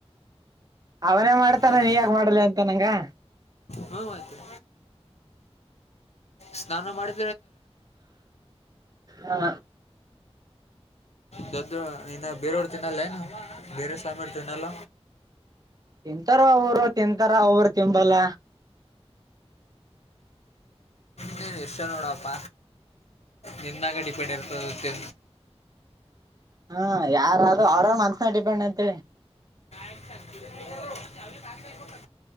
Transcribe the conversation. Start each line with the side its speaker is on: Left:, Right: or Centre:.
Right: ಅವನೇ ಮಾಡ್ತಾನ-
Left: ನಾನು
Right: ನೀ- ಯಾಗ ಮಾಡಲಿ ಅಂತ ನಂಗೆ.
Left: ಹ್ಞೂ ಮತ್ತೆ ಸ್ನಾನ ಮಾಡಿ
Right: ಹಾ
Left: ದ -ಇ -ಬೇರೋಳ- ತಿನ್ನಲ್ಲನು ಬೇರೆ ಸಾಮರ ತಿನ್ನಲ್ಲ
Right: ತಿಂತಾರ ಅವರು ತಿಂತಾರ ಅವರು ತಿಂಬಲ್ಲ.
Left: ನು -ಇಷ್ಟ ನೋಡಪ್ಪ ನಿನ್ನಾಗ ಡಿಪೆಂಡ್ ಇರ್ತದ ತಿ.
Right: ಹ್ಮ- ಯಾರ ಅವ್ರ ಮನ್ಸನ ಡಿಪೆಂಡ್ ಅಂತ
Left: <inaudible>